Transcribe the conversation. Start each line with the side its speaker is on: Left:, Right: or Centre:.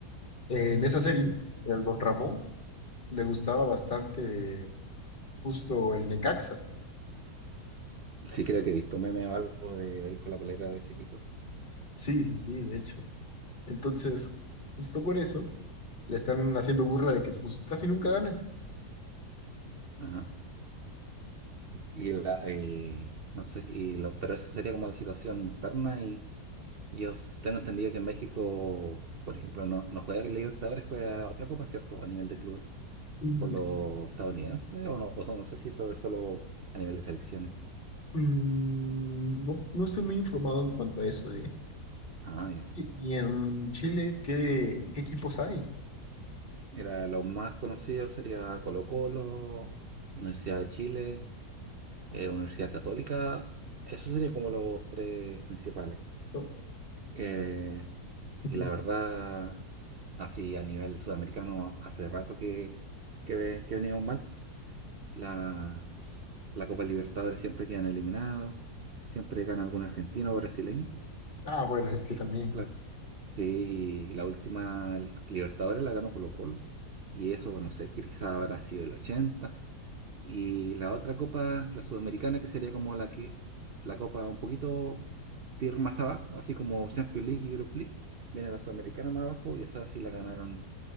Left: En esa serie, el Don Ramón le gustaba bastante justo el Necaxa.
Right: Sí, creo que he visto meme o algo de, de él con la polera de ese equipo.
Left: Sí, sí, sí, de hecho. Entonces, justo por eso, le están haciendo burla de que pues casi nunca ganan.
Right: Ajá. Y la, y no sé, si- y lo, pero esa sería como la situación interna y y yo s- tengo entendido que en México, por ejemplo, no, no juega el Libertadores, juega otra copa, ¿cierto? A nivel de club
Left: Mm,
Right: con los
Left: sí.
Right: estadounidenses o no, o sea, no sé si eso es solo a nivel de selecciones.
Left: Mm, no, no estoy muy informado en cuanto a eso, ¿eh?
Right: Ah, ya.
Left: Y, y en Chile, ¿qué, qué equipos hay?
Right: Mira, los más conocidos sería Colo-Colo, Universidad de Chile, eh, Universidad Católica. Esos serían como los tres principales.
Left: ¿No?
Right: Eh, y
Left: Ujú.
Right: la verdad, así a nivel sudamericano, hace rato que, que, ve- que venimos mal. La, la Copa Libertadores siempre quedan eliminados, siempre gana algún argentino o brasileño.
Left: Ah, bueno, es que
Right: Eh,
Left: también.
Right: claro. Sí, la última Libertadores la ganó Colo-Colo. Y eso, no sé, quizá habrá sido el 80. Y la otra copa, la sudamericana, que sería como la que, la copa un poquito tier más abajo, así como Champions League y Europa League, viene la sudamericana más abajo y esa sí la ganaron